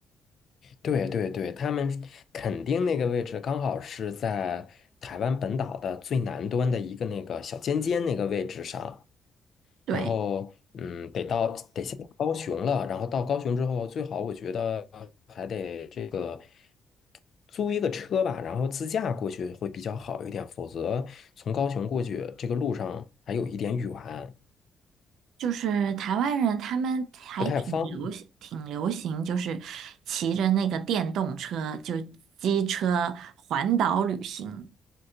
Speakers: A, on the left; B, on the right.
A: 对对对，他们肯定那个位置刚好是在台湾本岛的最南端的一个那个小尖尖那个位置上，
B: 对。
A: 然后嗯，得到得先到高雄了，然后到高雄之后，最好我觉得还得这个。租一个车吧，然后自驾过去会比较好一点，否则从高雄过去这个路上还有一点远，
B: 就是台湾人，他们还挺流行，
A: 不太方便。
B: 挺流行，就是骑着那个电动车，就机车环岛旅行。